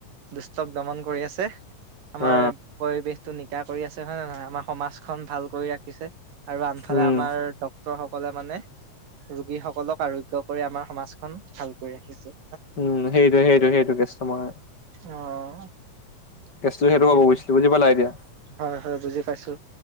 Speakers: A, on the right (about 85°); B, on the left (about 30°).
A: দুষ্টক দমন কৰি আছে। আমাৰ
B: অ
A: পৰিৱেশতটো নিকা কৰি আছে হয় নে নহয় আমাৰ সমাজখন ভাল কৰি ৰাখিছে। আৰু আনফালে
B: উম
A: আমাৰ ডক্তৰ সকলে মানে ৰোগী সকলক আৰোগ্য কৰি আমাৰ সমাজ খন ভালকৈ ৰাখিছো
B: উম সেইটো সেইটো সেইটো কেষ্টমাৰ
A: অ
B: কেছটো
A: সেইটো
B: ক'ব গৈছিলো বুজি পালা এতিয়া।
A: হয়, হয় বুজি পাইছো